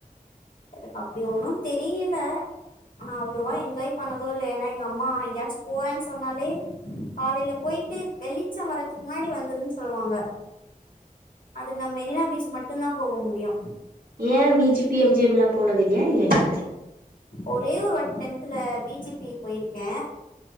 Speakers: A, on the left; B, on the right.
A: எனக்கு அப்டி ஒன்னு தெரியல நா அவ்ளோவா என்ஜாய் பண்ணது இல்ல ஏன்னா எங்க அம்மா எங்கயாச்சு போறேன் சொன்னாலே காலையில போய்ட்டு வெளிச்ச வரறதுக் முன்னாடி வந்துறுன் சொல்லுவாங்க அதுக்கு நா மெரினா பீச் மட்டுந்தா போக முடியு
B: ஏன் V G B M G M ல்லா போனது இல்லையா இல்லியா நீங்க
A: ஒரே ஒரு வாட் டென்த்துல வி ஜி பி போயிருக்கே